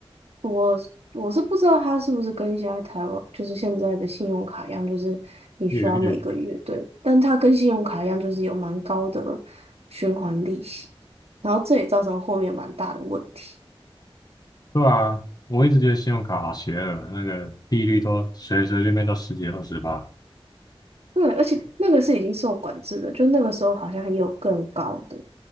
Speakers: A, on the right; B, on the left.
A: 我我是不知道它是不是跟现在台湾就是现在的信用卡一样，就是你需要每个月对，
B: 月月
A: 但它跟信用卡一样，就是有蛮高的循环利息，然后这也造成后面蛮大的问题。
B: 对啊，我一直觉得信用卡好邪恶，那个利率都随随便便都十几二十吧。
A: 对，而且那个是已经受管制的，就那个时候好像也有更高的。